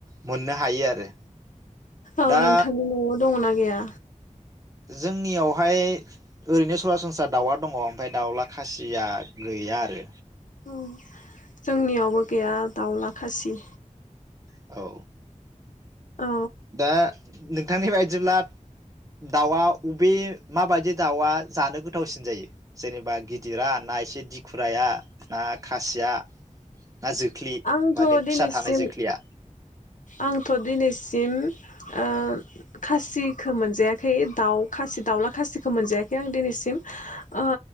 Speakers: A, on the right; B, on the left.
A: मोननो हायो आरो।
B: औ
A: दा
B: नोंथांनि नआव दंङ ना गैया
A: जोंनियावहाय ओरैनो सरासनस्रा दाउआ दङ ओमफ्राय दाउला खासिया गैया आरो।
B: औ जोंनियावबो गैया दाउला खासि
A: औ
B: औ
A: दा नोंथांनि बायदिब्ला दाउआ अबे माबायदि दाउआ जानो गोथावसिन जायो जेनेबा गिदिरा ना एसे दिखुराया ना खासिया ना जोख्लि
B: आंथ
A: माने
B: दिनैसिम
A: फिसा थानाय जोख्लिया
B: आंथ दिनैसिम ओ खासिखौ मोनजायाखै दाउ खासि दाउला खासिखौ मोनजायाखै आं दिनैसिम ओ